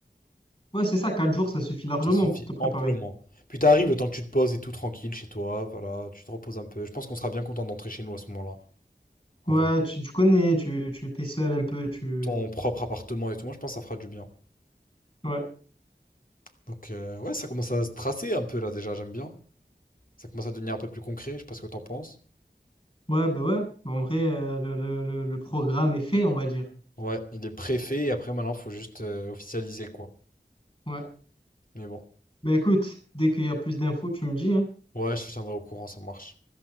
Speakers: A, on the left (about 30°); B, on the left (about 50°).
A: Ouais, c'est ça, Quatre jours, ça suffit largement
B: Ça suffit
A: pour te préparer.
B: amplement. Puis t'arrives le temps que tu te poses et tout tranquille chez toi, voilà, tu te reposes un peu. Je pense qu'on sera bien content d'entrer chez nous à ce moment-là, en
A: Ouais,
B: vrai.
A: tu, tu connais, tu, tu t'es seul un peu, tu...
B: Ton propre appartement et tout, moi je pense que ça fera du bien.
A: Ouais.
B: Donc euh, ouais, ça commence à se tracer un peu là déjà, j'aime bien. Ça commence à devenir un peu plus concret, je sais pas ce que t'en penses.
A: Ouais, bah ouais. Bah, En vrai, euh, le, le, le le programme est fait, on va dire.
B: Ouais, il est préfet et après maintenant faut juste euh, officialiser quoi.
A: Ouais.
B: Mais bon,
A: Bah écoute, dès qu'il y a plus d'infos, tu me dis, hein.
B: ouais, je te tiendrai au courant, ça marche.